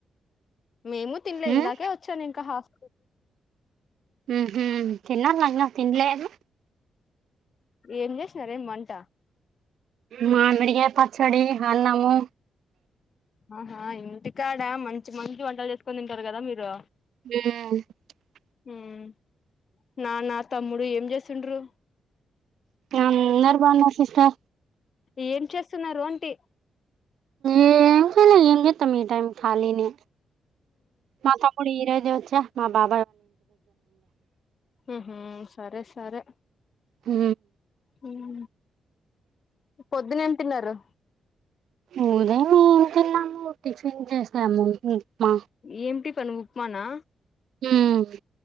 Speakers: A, on the left (about 50°); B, on the right (about 80°).
A: మేమూ తినలే
B: ఉమ్
A: ఇందాకే వచ్చాను ఇంకా హాస్
B: ఉఊహూ తినాలన్నా తిన్లేదు
A: ఏం చేసినారేం వంట
B: మామిడికాయ్ ప చడి హన్నము
A: ఆహా ఇంటికాడ మంచి మంచి వంటలు చేసుకొని తింటారు కదా మీరు
B: <unintelligible>
A: మ్ నాన్న తమ్ముడు ఏం చేస్తుండు
B: అందరు బాగున్నారు సిస్ <unintelligible>
A: ఏం చేస్తున్నారు అంటి
B: ఏం చేయలే ఏం చేస్తాం ఈ టైం లో కాలినే మా తమ్ముడు ఈరోజే వచ్ <unintelligible> మా బా
A: ఊహ్మ్ సరే సరే
B: హు
A: ఊహూ పొద్దున ఏం తిన్నారు?
B: ఉదయం తిన్నాము, టిఫిన్ చేసాము. ఉప్మా
A: ఏమ్ టిఫెను? ప్మా నా?
B: మ్